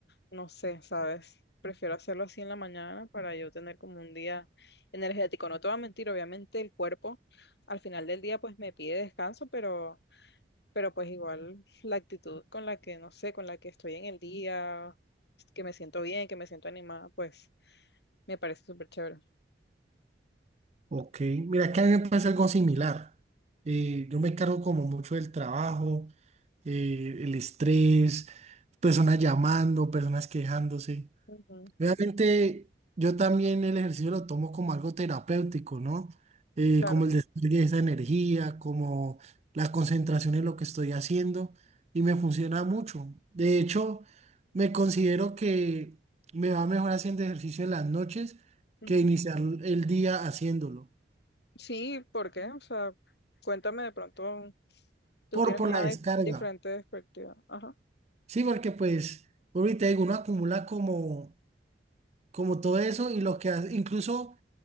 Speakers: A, on the left (about 70°); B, on the right (about 35°).
A: no sé, ¿sabes? Prefiero hacerlo así en la mañana para yo tener como un día energético. No te voy a mentir, obviamente el cuerpo al final del día pues me pide descanso, pero pero pues igual la actitud con la que, no sé, con la que estoy en el día, que me siento bien, que me siento animada, pues me parece súper chévere.
B: Ok, mira que a mí me pasa algo similar. Eh, yo me cargo como mucho del trabajo, eh, el estrés, personas llamando, personas quejándose.
A: Ujú,
B: Realmente yo también el ejercicio lo tomo como algo terapéutico, ¿no? Eh,
A: claro.
B: como el despliegue de esa energía, como la concentración en lo que estoy haciendo y me funciona mucho. De hecho, me considero que me va mejor haciendo ejercicio en las noches
A: Ujú.
B: que iniciar el día haciéndolo,
A: Sí, ¿por qué? O sea, cuéntame de pronto, tú
B: por,
A: tienes
B: por
A: una
B: la descarga.
A: dif- diferente perspectiva. Ajá.
B: Sí, porque pues, ahorita digo, uno acumula como, como todo eso y lo que hace, incluso...